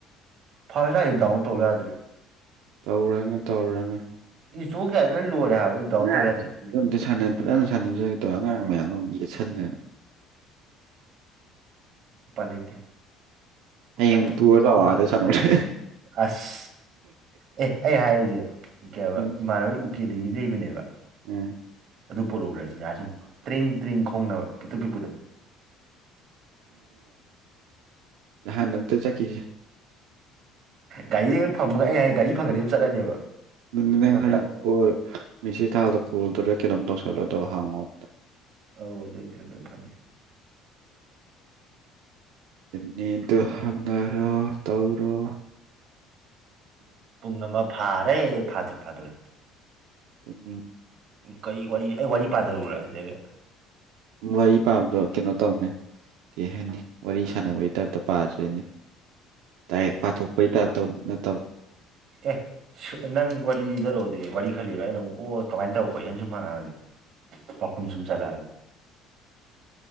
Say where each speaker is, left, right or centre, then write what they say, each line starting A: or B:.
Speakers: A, on the right; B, on the right.
A: ꯐꯁꯗꯥꯎꯟ ꯇꯧꯋꯦꯗ꯭ꯔꯤ
B: ꯇꯧꯔꯅꯦ ꯇꯧꯔꯅꯦ
A: ꯏꯣꯛ ꯀꯌꯥ ꯂꯣꯏ ꯂꯣꯏꯔꯦ ꯍꯥꯏꯕ ꯑꯗꯨꯗꯥꯎ
B: ꯑꯉꯥꯡꯁꯤꯡꯗꯣ
A: ꯇꯧ ꯌꯥꯗꯣꯏꯁꯨ
B: ꯑꯝꯇ ꯁꯥꯟꯅ ꯐꯖꯅ ꯁꯥꯟꯅ ꯇꯧꯋ ꯑꯉꯥꯡ ꯃꯌꯥꯝꯗ ꯌꯦꯠꯁꯟꯗꯅ
A: ꯄ ꯂꯩꯇꯦ ꯎꯄꯥꯏ
B: ꯍꯌꯦꯡ
A: ꯂꯩꯇꯦ
B: ꯄꯨꯔ ꯂꯥꯛꯑꯣ ꯑꯥꯗ ꯁꯥꯟꯅꯧꯁꯦ
A: ꯎꯄꯥꯏ ꯂꯩꯇ ꯑꯁ ꯑꯦ ꯑꯩ ꯍꯥꯏꯔꯤꯁꯦ ꯀ ꯍꯥꯏ
B: ꯎꯝ
A: ꯏꯃꯥꯟꯅꯕ ꯎꯀꯦ ꯂꯩꯗꯤ ꯂꯩꯕꯅꯦꯕ
B: ꯎꯝ
A: ꯑꯗꯨ ꯄꯔꯨꯨꯔꯁꯤꯖ ꯁꯨꯝ ꯇ꯭ꯔꯤꯡ ꯇ꯭ꯔꯤꯡ ꯈꯣꯡꯅꯕ ꯄꯤꯛꯇꯛ ꯄꯤꯛꯄꯗꯣ
B: ꯍꯥꯟ ꯅꯝꯇ ꯆꯀꯤꯁꯦ
A: ꯒꯥꯔꯤꯁ ꯐꯪꯕꯒ ꯑꯩ ꯍꯥꯏ ꯒꯥꯔꯤ ꯐꯪꯉꯗꯤ ꯑꯗꯨꯝ ꯆꯠꯂꯅꯦꯕ
B: ꯂꯅ
A: ꯅꯠꯇ꯭ꯔꯥ
B: ꯍꯔ ꯃꯦꯁꯤ ꯊꯜꯗ ꯀꯣꯜꯗ ꯀꯩꯅꯣꯝ ꯇꯧꯁꯜꯂꯣꯗꯣ ꯍꯥꯡꯉꯣ ꯑꯝꯇ
A: ꯑꯧ ꯑꯗꯨ ꯑꯗꯨ ꯑꯗꯨ ꯑꯗꯨꯝ ꯐꯅꯤ
B: ꯅꯤꯗꯨ ꯍꯪꯅꯔ ꯇꯧꯔ
A: ꯄꯨꯡ ꯑꯃ ꯐꯥꯔꯦ ꯐꯥꯗ꯭ꯔꯤ ꯐꯥꯗꯣꯔꯦ
B: ꯇꯅꯤ
A: ꯎ ꯀꯔꯤ ꯋꯥꯔꯤ ꯑꯩ ꯋꯥꯔꯤ ꯄꯥꯖꯔꯨꯔ ꯁꯤꯗꯒ
B: ꯋꯥꯔꯤ ꯄꯥꯕꯗꯣ ꯀꯩꯅꯣ ꯇꯧꯅꯦ ꯀꯩ ꯍꯥꯏꯅꯤ ꯋꯥꯔꯤ ꯁꯥꯟꯅꯕꯒꯤ ꯇꯥꯏꯞꯇ ꯄꯥꯗꯣꯏꯅꯦ ꯇ ꯄꯥꯊꯣꯛꯄꯩꯇ ꯅꯠꯇꯕ
A: ꯑꯦ ꯅꯪ ꯋꯥꯔꯤ ꯂꯤꯗꯔꯣꯑꯣꯗꯤ ꯋꯥꯔꯤ ꯈꯔ ꯂꯤꯔꯣ ꯑꯩꯅ ꯅ ꯑꯣ ꯀꯃꯥꯏꯅ ꯇꯧꯕ ꯀꯣꯏꯁꯟ ꯁꯨꯝ ꯍꯪꯉꯛꯑꯒꯦ ꯄꯈꯨꯝ ꯆꯨꯝ ꯆꯂꯒ